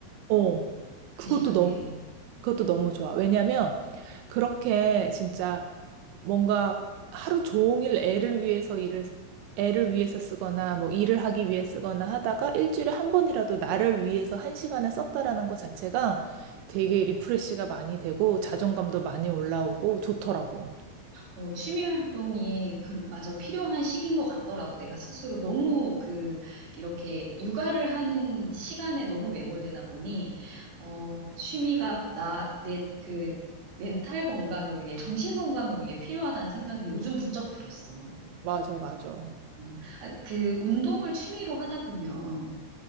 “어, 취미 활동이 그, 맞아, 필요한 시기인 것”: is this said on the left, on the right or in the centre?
Right